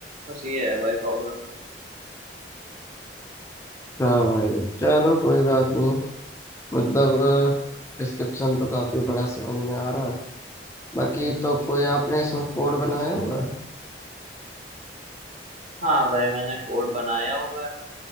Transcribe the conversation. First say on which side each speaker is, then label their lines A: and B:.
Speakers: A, on the right (about 40°); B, on the left (about 15°).
A: बस ये है भाई प्रॉब्लम
B: हाँ भाई चलो कोई बात नहीं मतलब डिस्क्रिप्शन तो काफी बड़ा समझ में आ रहा है बाकी तो कोई आपने इसमें कोड बनाया हुआ है
A: हाँ भाई मैंने कोड बनाया हुआ है